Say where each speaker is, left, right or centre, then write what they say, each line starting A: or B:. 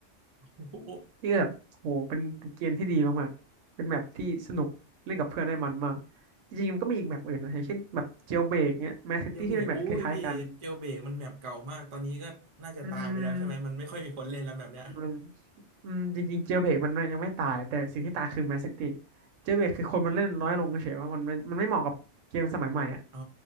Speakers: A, on the right; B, on the right.
A: โอ้โห
B: พี่ก็แบบโหเป็นเป็นเกมที่ดีมากๆเป็นแมปที่สนุกเล่นกับเพื่อนได้มันมากจริงๆมันก็มีอีกแมปอื่นนะอย่างเช่นแบบเจลเบรกเนี้ยแมสซิตี้ที่เป็นแมปคล้ายๆกัน
A: เจลเบรกโอ้ยพี่เจลเบรกมันแมปเก่ามากตอนนี้ก็น่าจะตายไปแล้วใช่ไหมมันไม่ค่อยมีคนเล่นแล้วแบบเนี้ย
B: อืม มันอืมจริงๆเจลเบรกมันยังไม่ตายแต่สิ่งที่ตายคือแมนซิตี้เจลเบรกคือคนมันเล่นน้อยลงเฉยๆว่ามันไม่มันไม่เหมาะกับเกมสมัยใหม่อ่ะ
A: อ๋อ